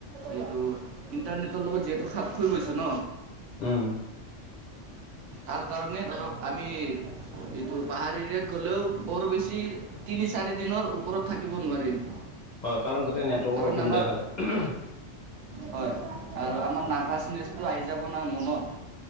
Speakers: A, on the right (about 75°); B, on the left (about 45°).
A: এইটো ইণ্টাৰনেটৰ লগত যিহেতু খাপ হৈ গৈছে ন
B: উম
A: তাৰ কাৰণে ধৰক আমি যিটো পাহাৰ এৰিয়াত গ'লেও বৰ বেছি তিনি চাৰি দিনৰ ওপৰত থাকিব নোৱাৰিম
B: হয় কাৰণ তাতে নেটৱৰ্কৰ
A: কাৰণ
B: অসুবিধা
A: আমাৰ
B: হয়
A: হয় আৰু আমাৰ
B: অ'
A: নাৰ্ভাচনেচটো আহি যাব না মনত